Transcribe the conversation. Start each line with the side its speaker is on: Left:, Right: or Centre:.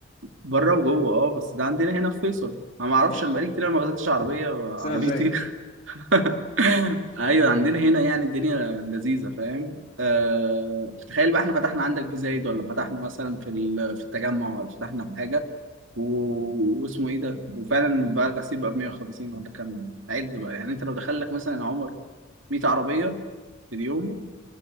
Right: بره وجوه أه بس ده عندنا هنا في فيصل أنا ما أعرفش
Left: ماشي
Right: أنا بقالي
Left: هي ما-
Right: كتير ما غسلتش عربية
Left: تغسلها
Right: عربيتي
Left: في زيت
Right: <laughs> ايوه عندنا هنا يعني الدنيا لذيذه فاهم أه... تخيل بقى احنا فتحنا عندك في زايد ولا فتحنا مثلا في ال... في التجمع ولا فتحنا في حاجه و... واسمه ايه ده وفعلا بقى غسيل بقى ب 150 ولا كام عد بقى يعني انت لو دخل لك مثلا يا عمر 100 عربيه في اليوم